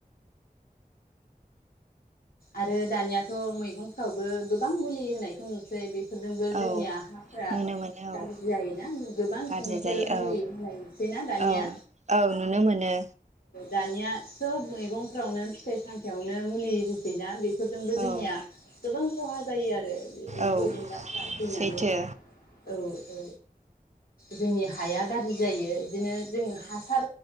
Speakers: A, on the left (about 70°); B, on the right (about 50°).
A: आरो दानियाथ मैगंफ्रावबो गोबां मुलि होनायखौ नुसै बे फोरफोरजोंबो
B: औ
A: जोंनिया हाफोरा
B: नुनो मोनो औ
A: गाज्रि जायोना गोबां
B: गाज्रि
A: केमिकेल
B: जायो
A: मुलि होनायसै ना दानिया।
B: औ औ नुनो मोनो
A: दानिया सोब मैगंफ्रावनो फिथाइ सामथायावनो मुलि बिना फोरजोंबो
B: औ
A: जोंनिया गोबां खहा जायो आरो एम्फौ
B: औ
A: एनलाफोरा थैनानै
B: सैथो
A: औ औ। जोंनि हाया गाज्रि जायो । बिदिनो जों
B: औ
A: हासार